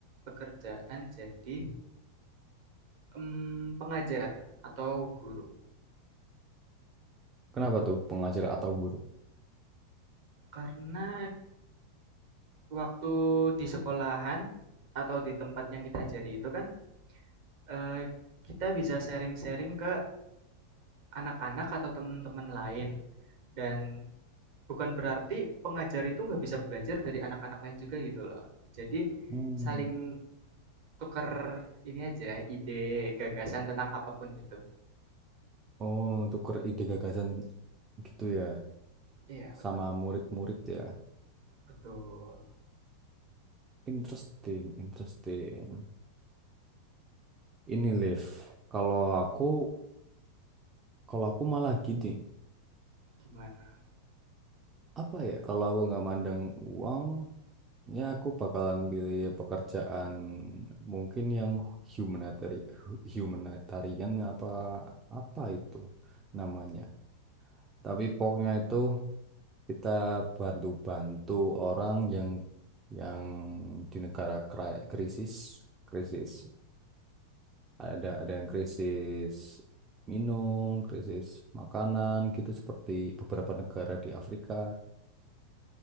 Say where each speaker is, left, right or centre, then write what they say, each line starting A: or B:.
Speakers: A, on the right; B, on the right.
A: pekerjaan jadi em, pengajar atau guru.
B: Kenapa tuh, pengajar atau guru?
A: Karena waktu di sekolahan atau di tempat yang kita ajari itu kan eh, kita bisa sharing-sharing ke anak-anak atau teman-teman lain dan bukan berarti pengajar itu nggak bisa belajar dari anak-anak lain juga gitu loh. Jadi
B: Hmm.
A: saling tukar ini aja ide gagasan tentang apapun itu.
B: Oh, tuker ide gagasan gitu ya,
A: Iya betul
B: sama murid-murid ya.
A: betul.
B: Interesting, interesting. Ini Liv, kalau aku kalau aku malah gini,
A: Gimana?
B: apa ya? Kalau aku nggak mandang uang, ya aku bakalan pilih pekerjaan mungkin yang humanitarian, humanitarian apa apa itu namanya. Tapi pokoknya itu kita bantu-bantu orang yang yang di negara kri- krisis krisis. ada ada yang krisis minum, krisis makanan gitu seperti beberapa negara di Afrika.